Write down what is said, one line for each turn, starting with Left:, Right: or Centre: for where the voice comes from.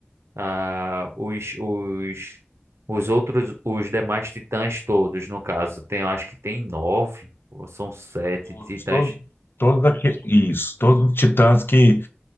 Right: ah, os, os, os outros, os demais titãs todos, no caso. Tem, eu acho que tem nove, ou são sete
Left: Todos,
Right: titãs.
Left: todos, todos aqui, isso, todos os titãs que